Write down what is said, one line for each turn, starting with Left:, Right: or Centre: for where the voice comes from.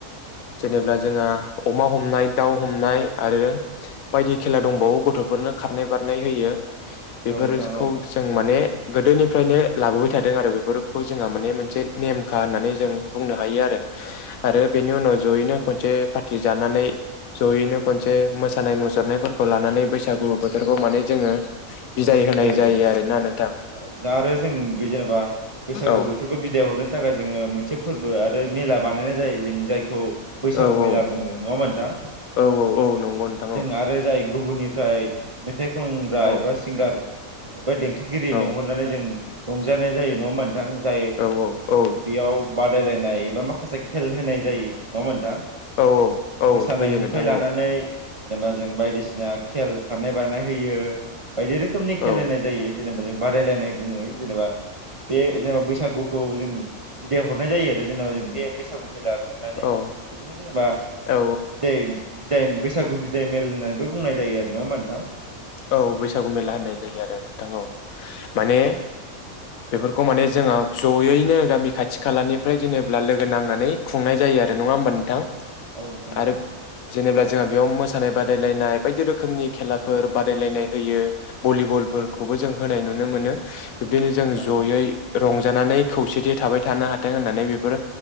Left: जेनेबा जोंहा अमा हमनाय दाउ हमनाय आरो बायदि खेला दंबावो गथ'फोरनो खारनाय बारनाय होयो बेफोरखौ
Right: औ नोंथां औ
Left: जों माने गोदोनिफ्रायनो लाबोबाय थादों आरो बेफोरखौ जोंहा माने मोनसे नेमखा होननानै जों बुंनो हायो आरो। आरो
Right: बिदाय
Left: बेनि उनाव जयैनो खनसे पार्टि जानानै जयैनो खनसे मोसानाय- मुसुरनायफोर खौ लानानै बैसागु बोथोरखौ माने जोङो बिदाय होनाय
Right: हरो
Left: जायो आरोना नोंथां।
Right: औ दा आरो जों बे जेनेबा बैसागु
Left: औ
Right: बोथोरखौ बिदाय हरनो थाखाय जोङो मोनसे फोरबो आरो मेला बानायनाय जायो जों जायखौ बैसागु
Left: औ
Right: मेला
Left: औ
Right: बुङो नङा होनबा नोंथां
Left: औ औ
Right: <inaudible>
Left: औ नंगौ नोंथां
Right: जों
Left: औ
Right: आरो जाय गुबुननि फ्राय मेथाइ खनग्रा
Left: औ
Right: एबा सिंगार देंखोगिरि लेंहरनानै
Left: औ
Right: जों रंजानाय जायो नङा नोंथां जाय
Left: औ
Right: जों
Left: औ
Right: बेयाव बादायलायनाय एबा माखासे खेल होनाय जायो नङा होनबा नोंथां?
Left: औ औ औ
Right: मोसानायनिफ्राय
Left: होयो नोंथां
Right: लानानै
Left: औ
Right: जेनेबा जों बायदिसिना खेल खारनाय बारनाय होयो बायदि रोखोमनि खेलेनाय
Left: औ
Right: जायो जेनेबा जों बादायलायनाय बुङो जेनेबा बे जेनेबा बैसागुखौ जों बिदाय हरनाय जायो आरो जेनेबा बे बैसागु मेला खुंनानै
Left: औ
Right: बेखौनो जेनेबा
Left: औ
Right: बिदाय बिदाय बैसागु बिदाय मेल होननानैबो बुंनाय जायो आरो नङा होमबा नोंथां?
Left: औ बैसागु मेला होननाय जायो आरो नोंथां औ माने बेफोरखौ माने जोङो जयैनो गामि खाथि खालानिफ्राय जेनेब्ला लोगो नांनानै खुंनाय जायो आ रो नङा होमबा नोंथां?
Right: औ नोंथा
Left: आरो
Right: औ औ
Left: जेनेबा जोंहा बेयाव मोसानाय बादायलायनाय बायदि रोखोमनि खेलाफोर बादायलायनाय होयो, भलिबलफोरखौबो जों होनाय नुनो मोनो। बिब्दिनो
Right: औ
Left: जों
Right: नोंथां औ
Left: जयै रंजानानै खौसेथि थाबाय थानो हाथों होननानै बेफोर